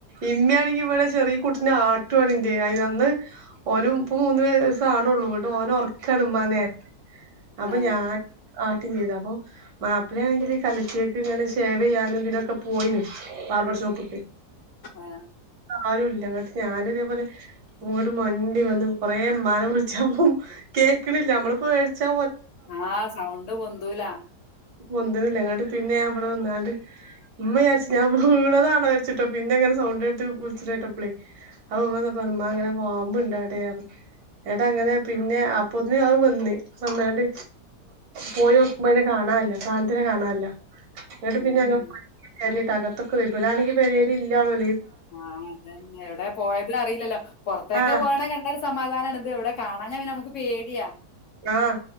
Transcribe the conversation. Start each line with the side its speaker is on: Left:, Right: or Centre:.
Right: ഇമ്മയാണെങ്കി ഇവിടെ ചെറിയ കുട്ടിനെ ആട്ടുവാണെ <unintelligible> അന്ന് ഓനും ഇപ്പ മൂന്ന് വയസ്സ് ആവണുള്ളൂ <unintelligible> ഓന ഉറക്കാണ് ഉമ്മ നേരത് അപ്പൊ
Left: ആ, ആ,
Right: ഞാ ചെയ്ത അപ്പൊ മാപ്പിളണെങ്കിൽ കലച്ചക്ക്ങ്ങനെ <unintelligible> ചെയ്യാനും ഇതിനൊക്കെ പോയിന് ബാർബർഷോപ്പ്ക്ക്
Left: ആ,
Right: ആരും ഇല്ല ങ്ങട്ട് ഞാനതേപോലെ അങ്ങോട്ട് മണ്ടിവന്നു കൊറേമ്മാനെ വിളിച്ചാ കേൾക്കണില്ല നമ്മളിപേട്ചാ
Left: ആഹ് സൗണ്ട് പൊന്തൂല
Right: പൊന്ത്ണ്ല്ല ങ്ങട്ട്പിന്നെ ഞാൻ വടെ വന്നാണ്ട് മ്മ ജാരിച്ച ഞാൻ വീണതാര്ച്ചിട്ടോ പിന്നെങ്ങനെ സൗണ്ട ആയിട്ട് വിളിച്ചിണെട്ടപ്പളേ അപ്പൊ അമ്മന്നപ്പോ മ്മാ ങ്ങനെ പാമ്പ്ണ്ടാട ട്ടാ ങ്ങനെ പിന്നെ അപ്പൊത്തിന് അത് വന്ന് വന്നാണ്ട് പോയോ ഉമ്മനെ കാണാനല്ല സാനതിനെ കാണാനല്ല എടു പിന്നെ
Left: ഉം
Right: ഞങ്ങ <unintelligible> ക <unintelligible> ഇവരാണെങ്കിൽ പേര് ഇല്ലാണോ
Left: ആ അതന്നെ എവിടെ പോയതറീല്ലല്ലോ പുറ <unintelligible> ക്ക്
Right: ആഹ്
Left: പോകണേ കണ്ട സമാധാനണ് ഇത്വിടെ കാണാഞ്ഞാ പിന്ന നമുക്ക് പേടിയാ
Right: ആഹ്